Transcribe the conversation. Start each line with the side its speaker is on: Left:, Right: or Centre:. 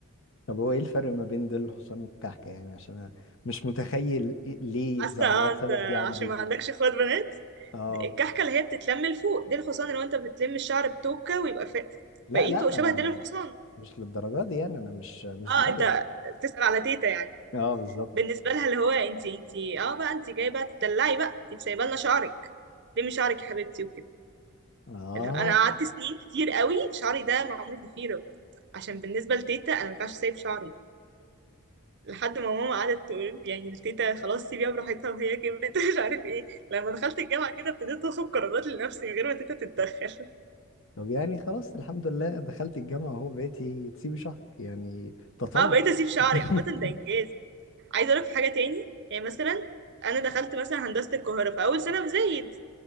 Left: طب هو ايه الفرق ما بين ديل الحصان والكعكة يعني عشان انا مش متخيل إيه- ليه
Right: حاسه
Left: اتزعلها
Right: اه
Left: بسبب
Right: انت
Left: دي عندي
Right: عشان ما عندكش اخوات بنات
Left: اه
Right: الكحكه اللي هي بتتلم لفوق ديل الحصان اللي هو انت بتلم الشعر بتوكه ويبقى ف-
Left: لا
Right: بقيته
Left: لا
Right: شبه ديل
Left: آم،
Right: الحصان
Left: مش للدرجة دي يعني انا مش مش
Right: اه
Left: ضايع
Right: انت بتسأل على تيتا يعني
Left: اه بالظبط
Right: بالنسبه لها اللي هو انت انت اه بقى انت جايه بقى تدلعي بقى انت سايبه لنا شعرك لمي شعرك يا حبيبتي وكده
Left: اه
Right: اللي هو انا قعدت سنين كتير قوي شعري ده معمول ضفيره عشان بالنسبه لتيتا انا ما ينفعش سايب شعري لحد ما ماما قعدت تقول يعني التيتا خلاص سيبيها براحتها وهي كبرت <laughs> مش عارف ايه لما دخلت الجامعة كده ابتديت اخد قرارات لنفسي من غير ما تيتا تتدخل
Left: طب يعني خلاص الحمد لله دخلت الجامعة اهو بقيتي تسيبي شهرك يعني تطور
Right: اه بقيت اسيب شعري
Left: <laughs>
Right: عامة ده انجاز يعني عايزة اقولك في حاجة تاني يعني مثلا انا دخلت مثلا هندسة القاهرة في اول سنة في زايد